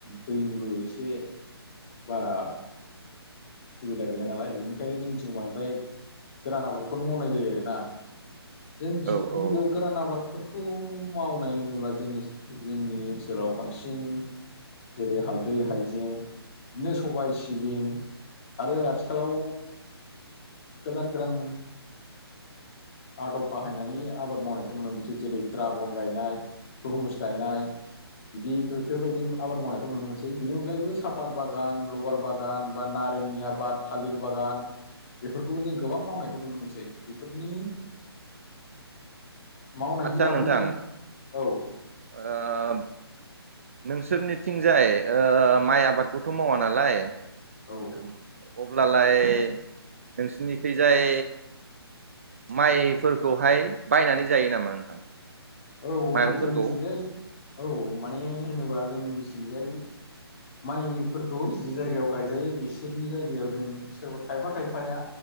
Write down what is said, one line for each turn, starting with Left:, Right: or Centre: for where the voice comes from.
Left: दैनिबो एसे बारा सुबिदा गैया नालाय बेनिखायनो जोंनिथिं बांद्राय गोरान आबादखौनो मावनाय जायो आरोना जों
Right: औ
Left: गिबियाव
Right: औ
Left: गोरान आबाद बेफोरफोरखौ मावनाय होनोब्ला जोंनि जोंनि ओनसोलाव बांसिन जेरै हालदै हायजें बिदिनो सबाय सिबिं आरो आथिखालाव गोदान गोदान आदब बाहायनानै आबाद मावनायखौ नुनो मोनो। जेरै ड्रागन गायनाय तुरमुस गायनाय बिदि बेफोरबायदि आबाद मावनायखौ नुनो मोनसै बेनि अनगायैबो सापाद बागान लबार बागान बा ना जोंनि आबाद थालिर बागान बेफोरखौबो जों गोबां मावनायखौ नुनो मोनसै बेफोरनि मावनायनि
Right: आतसा
Left: बागै
Right: नोंथां
Left: जों औ
Right: ओ नोंसोरनिथिंजाय ओ माइ आबादखौथ' मावा नालाय
Left: औ
Right: अब्लालाय नोंसोरनिथिंजाय माइफोरखौहाय बायनानै जायो नामा नोंथां?
Left: औ औ
Right: माइरंफोरखौ
Left: जोंनिथिंजाय औ माने होनोबा जोंनि थिंजाय माइफोरखौ जि जायगायाव गायजायो बिसोरनि जायगायाव जों सोरबा खायफा खायफाया